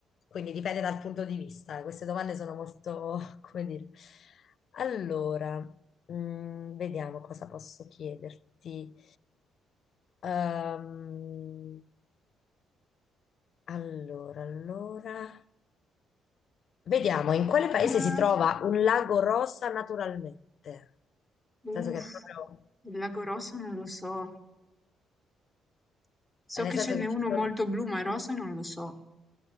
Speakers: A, on the left; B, in the centre.
A: quindi dipende dal punto di vista. eh, Queste domande sono molto, <laughs> come dire. Allora, mm, vediamo cosa posso chiederti. Ehm, allora, allora. Vediamo in
B: l'ultima,
A: quale paese si trova un lago rosa naturalmente. Nel
B: uff,
A: senso che è proprio,
B: il lago rosa non lo so. So
A: eh, nel
B: che
A: senso
B: ce n'è
A: che
B: uno
A: ci sono-
B: molto blu, ma rosa non lo so.